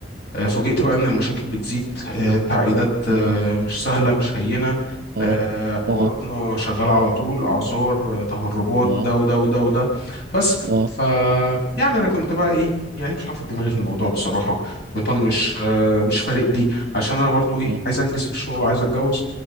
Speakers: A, on the left (about 60°); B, on the right (about 55°).
A: آه، فوجئت بقى إن المشاكل بتزيد آه، التعقيدات آه،
B: امم
A: مش سهلة مش هينة آه،
B: امم
A: حواراتنا
B: امم
A: شغالة على طول أعذار آه، تهربات
B: امم
A: ده وده وده وده بس
B: امم
A: ف يعني أنا كنت بقى إيه يعني مش حاطط دماغي في الموضوع بصراحة مطنش آه، مش فارق لي عشان أنا برضو إيه
B: امم
A: عايز أنجز في الشغل وعايز أتجوز